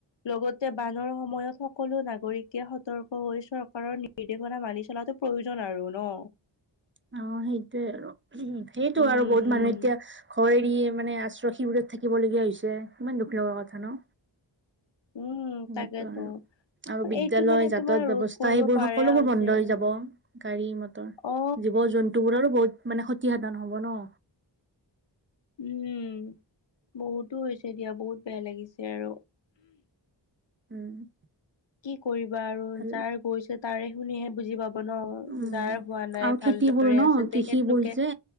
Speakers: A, on the left (about 70°); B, on the right (about 30°).
A: লগতে বানৰ সময়ত সকলো নাগৰিকে সতৰ্ক হৈ চৰকাৰৰ নিৰ্দেশনা মানি চলাটো প্ৰয়োজন আৰু ন।
B: অ, সেইটোয়ে আৰু সেইটো
A: উম
B: আৰু বহুত
A: উম
B: মানুহে এতিয়া ঘৰ এৰি মানে আশ্ৰয় শিবিৰত থাকিবলগীয়া হৈছে ইমান দুখ লগা কথা ন।
A: উম,
B: সেনেকুৱা
A: তাকেইতো।
B: আৰু আৰু বিদ্যালয়
A: এইটো মানে
B: যাতায়াত
A: তোমাৰ
B: ব্যৱস্থা
A: ৰোধ কৰিব
B: সেইবোৰ
A: পাৰা
B: সকলোবোৰ
A: হৈছে
B: বন্ধ হৈ
A: আৰু।
B: যাব গাড়ী মটৰ
A: অ
B: জীৱ জন্তু বোৰ আৰু বহুত মানে ক্ষতি সাধন হ'ব ন।
A: উম, বহুতো হৈছে দিয়া বহুত বেয়া লাগিছে আৰু।
B: উম,
A: কি কৰিবা আৰু
B: ভাল
A: যাৰ গৈছে তাৰে শুনিহে বুজি পাব। ন
B: উম
A: যাৰ হোৱা নাই
B: আৰু খেতিবোৰ
A: ভালদৰে
B: ন
A: আছে
B: কৃষিবোৰ
A: তেখেতলোকে
B: যে